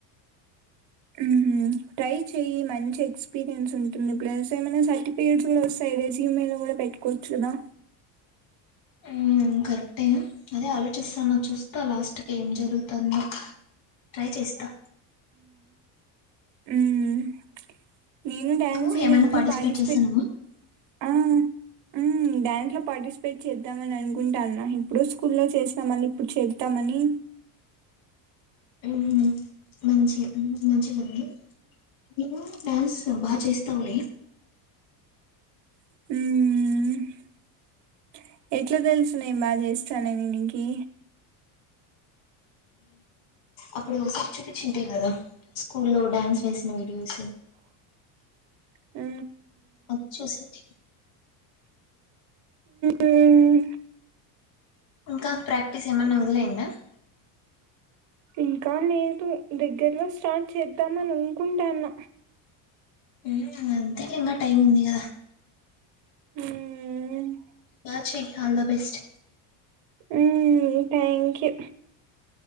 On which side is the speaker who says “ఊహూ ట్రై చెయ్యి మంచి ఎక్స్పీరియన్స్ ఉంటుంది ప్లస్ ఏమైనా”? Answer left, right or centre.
Right